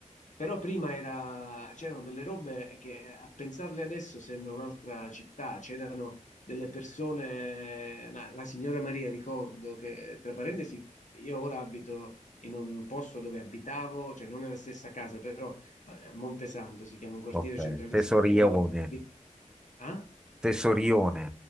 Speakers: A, on the left (about 65°); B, in the centre.
A: però prima era... c'erano delle robe che a pensarle adesso sembra un'altra città, c'erano delle persone, na- la signora Maria ricordo che, tra parentesi, io ora abito in un posto dove abitavo, cioè non nella stessa casa, però eh, a Montesanto si chiama un quartiere
B: Ok,
A: centralissimo
B: Tesorione,
A: di Napoli dove abit- Ah?
B: Tesorione,